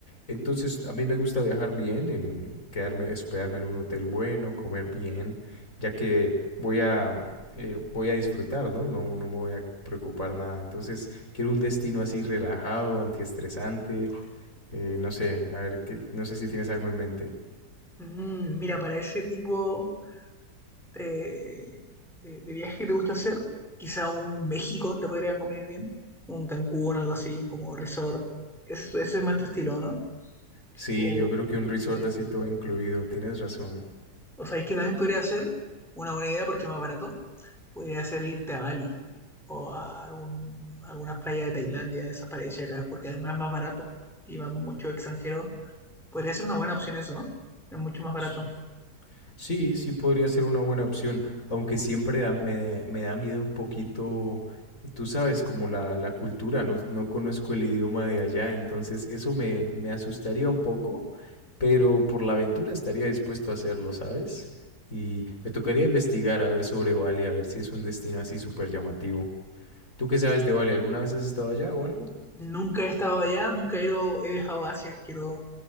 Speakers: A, on the left; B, in the centre.
A: Entonces, a mí me gusta viajar bien, en quedarme, hospedarme en un hotel bueno, comer bien, ya que voy a, eh, voy a disfrutar, ¿no? No, no me voy a preocupar nada. Entonces, quiero un destino así relajado, antiestresante, eh, no sé, a ver, que, no sé si tienes algo en mente.
B: Mm, mira, para ese tipo de, de, de viaje que te gusta hacer, quizá un México te podría convenir bien, un Cancún, algo así, como resort. Ese, ese es más tu estilo, ¿no?
A: Sí,
B: O,
A: yo creo que un resort
B: sí.
A: así todo incluido, tienes razón.
B: O sea, es que también podría ser una buena idea porque es más barato Podría ser irte a Bali o a algún- algunas playas de Tailandia, de esas paradisíacas, acá, porque además es más barato y van muchos extranjeros. Podría ser una buena opción eso, ¿no? Es mucho más barato.
A: S- Sí, sí podría ser una buena opción, aunque siempre da- me, me da miedo un poquito, tú sabes, como la, la cultura, no, no conozco el idioma de allá, entonces eso me, me asustaría un poco, pero por la aventura estaría dispuesto a hacerlo, ¿sabes? Y me tocaría investigar a ver sobre Bali, a ver si es un destino así súper llamativo. ¿Tú qué sabes de Bali? ¿Alguna vez has estado allá o algo?
B: Nunca he estado allá, nunca he ido, he viajado a Asia. Quiero,